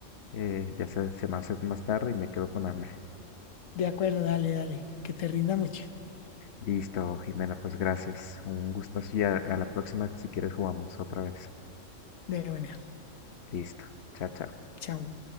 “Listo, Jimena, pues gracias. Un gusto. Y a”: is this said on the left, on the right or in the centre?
Left